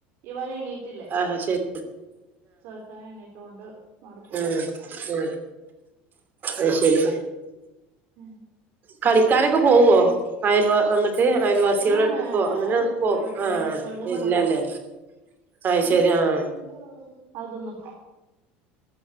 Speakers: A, on the right; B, on the right.
A: ഇവനെണീറ്റില്ലേ?
B: ആഹ് ശരി
A: ചെറുക്കന് എണീട്ട് കൊണ്ട് നടക്ക്
B: ആ ആ അ ശരി
A: ഉം
B: കളിക്കാനൊക്കെ പോവോ? ആയൽവ അങ്ങ് ഏ അയൽവാസികൾടെ
A: ഏഹ്
B: എടുത്തക്കോ? അങ്ങനെ പോ
A: എവി
B: ആ
A: എവിടേം വിടൂല
B: ഇല്ലല്ലേ? അത്
A: ഉം
B: ശരി ആഹ്
A: അത് തിന്നും